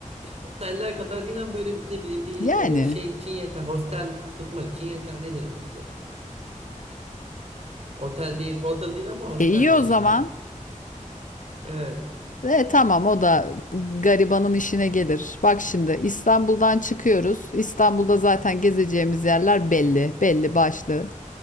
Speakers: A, on the right (about 50°); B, on the left (about 75°).
A: Ya, oteller kadar değil ama böyle ne bileyim bir
B: Yani.
A: e, şey için yeter. Hostel tutmak için yeterlidir bence yani. Otel değil, hotel değil ama hostel
B: E iyi
A: diyelim
B: o zaman.
A: hadi. Evet,
B: E tamam o da garibanın işine gelir. Bak şimdi İstanbul'dan çıkıyoruz. İstanbul'da zaten gezeceğimiz yerler belli, belli başlı.